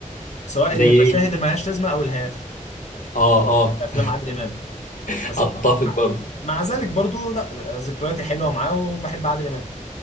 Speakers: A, on the left; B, on the left.
A: سواء
B: زي
A: المشاهد
B: ايه
A: اللي ملهاش لازمه او الهيافه
B: اه اه
A: في افلام عادل امام
B: <laughs>
A: بس
B: اتفق
A: مع,
B: برضه
A: مع ذلك برضو لا ذكرياتي حلوه معاه وبحب عادل امام